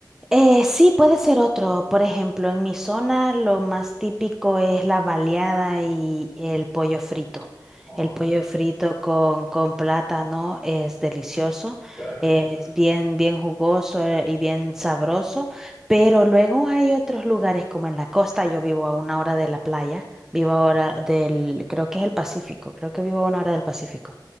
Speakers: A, in the centre; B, on the left.
A: Eh, sí, puede ser otro. Por ejemplo, en mi zona lo más típico es la baleada y el pollo frito.
B: Oh,
A: El pollo frito con, con plátano es delicioso,
B: qué rico.
A: es bien, bien jugoso eh, y bien sabroso, pero luego hay otros lugares como en la costa, yo vivo a una hora de la playa, vivo ahora del, creo que es el Pacífico, creo que vivo a una hora del Pacífico.